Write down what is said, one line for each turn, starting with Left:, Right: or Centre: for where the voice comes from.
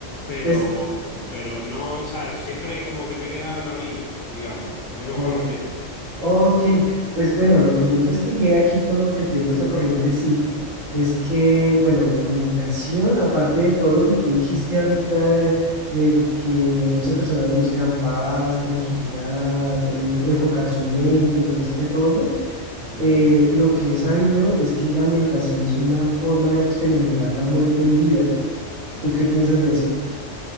Left: Pero,
Right: pues
Left: pero no, ¿sabes? Siempre como que me he quedado en la orilla, digamos, me he mojado
Right: ok.
Left: los pies.
Right: Ok, pues bueno, lo que yo investigué aquí con lo que te digo, esta corriente SIX, es que, bueno, la meditación, aparte de todo lo que tú dijiste ahorita, de, de que muchas personas buscan paz, tranquilidad, eh, enfocar su mente y todo este rollo,
Left: Uh
Right: eh,
Left: -huh.
Right: lo que he sabido es que la meditación es una forma de experimentar la muerte en vida. ¿Tú qué piensas de eso?